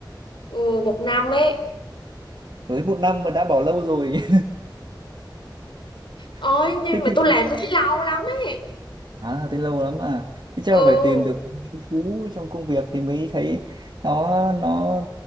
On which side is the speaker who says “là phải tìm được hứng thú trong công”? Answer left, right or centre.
Right